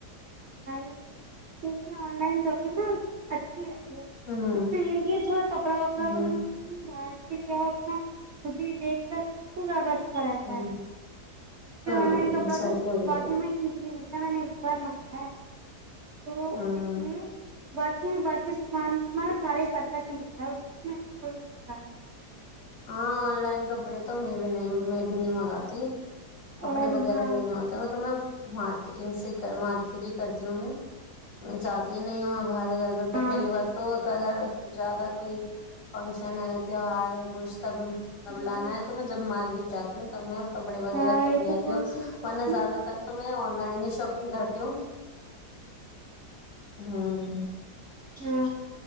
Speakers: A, on the right; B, on the left.
A: تو اس میں آن لائن تبھی نا اچھی ہے
B: ہوں
A: اس تو یہ ہے تھوڑا کپڑا وپڑا
B: ہوں
A: تو مطلب ہم باہر خدی لاو اپنا خود بھی دیکھ کر تو زیادہ کرراتا
B: ہوں
A: ہے م
B: ہوں
A: آن لائن کپڑا
B: صحیح
A: تو
B: کہہ رہی
A: باقی
B: ہو
A: میں سم نہیں بارم گ <unintelligible> تو
B: ہوں
A: اس لیے <unintelligible> باقی باقی سامان تو تمہارا سارے ہی پرفیکٹ ملتا ہے اس تو کوئی بھی شکایت نہیں
B: ہاں آن لائن کپڑے تو میں بھی نہیں میں بھی نہیں منگاتی کپڑے
A: اور
B: وغیرہ
A: ہاں
B: لینے ہوتے ہیں مطلب ن مارکیٹنگ سے مارکیٹ ہی کرتی ہوں میں جاتی ہی نہیں ہوں میں باہر زیادہ تر
A: ہاں
B: پہلی بات تو اگر زیادہ کوئی فنکشن ہے تیوہار ہے خوش تب تب
A: جی
B: لانا
A: جی
B: ہے تو میں جب مارکیٹ جاتی ہوں تب میں کپڑے وغیرہ
A: ہاں
B: تب
A: یہ
B: لے
A: تو
B: آی
A: بہت
B: ہوں
A: صحیح
B: ورنہ زیادہ تر تو میں آن لائن ہی شاپنگ کرتی ہوں ہ ہ
A: ہاں